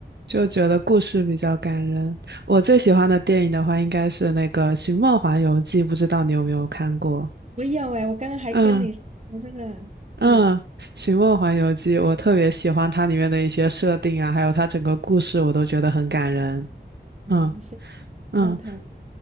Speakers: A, on the right; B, on the right.
A: 就觉得故事比较感人。我最喜欢的电影的话，应该是那个《寻梦环游记》，不知道你有没有看过？
B: 我有诶，我刚刚还跟你说这个，
A: 嗯嗯，
B: 对。
A: 《寻梦环游记》我特别喜欢它里面的一些设定啊，还有它整个故事，我都觉得很感人。
B: 嗯，
A: 嗯。
B: 是
A: 嗯，
B: 让他